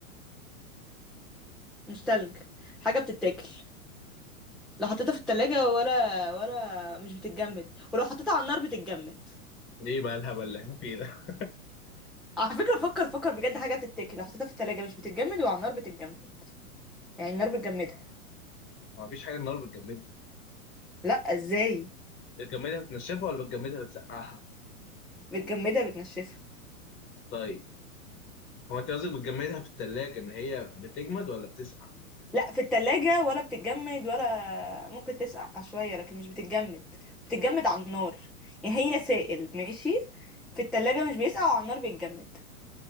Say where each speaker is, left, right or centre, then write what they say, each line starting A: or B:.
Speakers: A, in the centre; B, on the left.
A: مش تلج حاجة بتتاكل لو حطيتها في التلاجة ولا ولا مش بتتجمد ولو حطيتها على النار بتتجمد
B: ليه بقى الهبل اللي احنا فيه ده
A: على فكرة فكر فكر بجد حاجة بتتاكل لو حطيتها في التلاجة مش بتتجمد وعلى النار بتتجمد يعني النار بتجمدها
B: ما فيش حاجه النار بتجمدها
A: لا ازاي
B: بتجمدها بتنشفها ولا بتجمدها بتسقعها
A: بتجمدها بتنشفها
B: طيب هو انت قصدك بتجمدها في الثلاجه ان هي بتجمد ولا بتسقع؟
A: لا في التلاجة ولا بتتجمد ولا ممكن تسقع شوية لكن مش بتتجمد بتتجمد على النار يعني هي سائل ماشي في التلاجة مش بيسقع وعلى النار بيتجمد